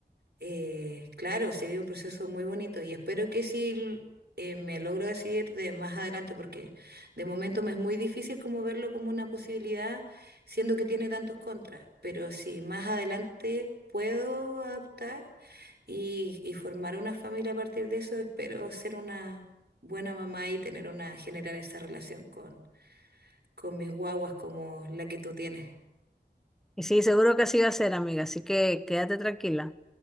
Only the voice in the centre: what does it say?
Y sí, seguro que así va a ser, amiga. Así que quédate tranquila.